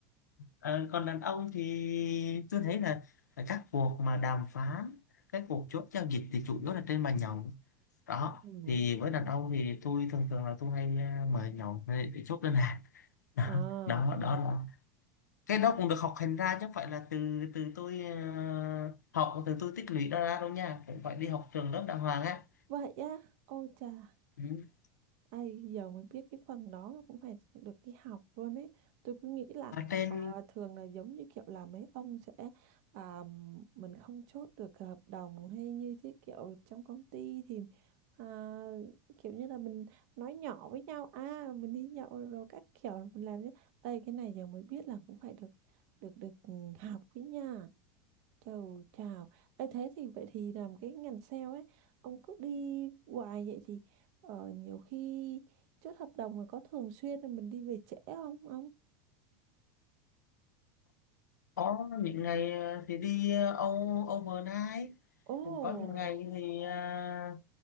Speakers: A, on the left; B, on the right.
A: ờ, còn đàn ông thì tôi thấy là ờ, các cuộc mà đàm phán cái cuộc chốt giao dịch thì chủ yếu là trên bàn nhậu đó
B: ừ
A: thì với đàn ông thì tôi thường thường là tôi hay à, mời nhậu để, để chốt đơn hàng <laughs> đó,
B: ờ
A: đó
B: ờ
A: đó là cái đó cũng được học hành ra chứ không phải là từ từ tôi à, học từ tôi tích lũy đó ra đâu nha cũng phải đi học trường lớp đàng hoàng á
B: vậy á ôi chà
A: ừ.
B: Ai giờ mới biết cái phần đó cũng phải được đi học luôn ấy. Tôi cứ nghĩ là
A: ở trên
B: ờ, thường là giống như kiểu là mấy ông sẽ à, mình không chốt được hợp đồng hay như thế kiểu trong công ty thì à, kiểu như là mình nói nhỏ với nhau à mình đi nhậu rồi các kiểu mình làm thế. Ê cái này giờ mới biết là cũng phải được được được ừ, học với nha. Chào chào. Ê, thế thì vậy thì làm cái ngành sale ấy, ông cứ đi hoài vậy thì ờ, nhiều khi chốt hợp đồng mà có thường xuyên là mình đi về trễ không ông?
A: có những ngày à, thì đi à, âu overnight
B: Ồ,
A: cũng có những ngày thì à,